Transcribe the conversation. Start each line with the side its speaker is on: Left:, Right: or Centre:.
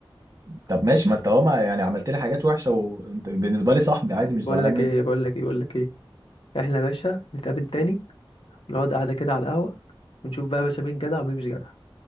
Right: طب ماشي ما انت هو ما- يعني عملت لي حاجات وحشه وانت بالنسبه لي صاحبي عادي مش
Left: بقول
Right: زعلان
Left: لك
Right: منه
Left: ايه بقول لك ايه بقول لك ايه احنا يا باشا نتقابل تاني ونقعد قعدة كده على القهوة ونشوف بقى يا باشا مين جدع ومين مش جدع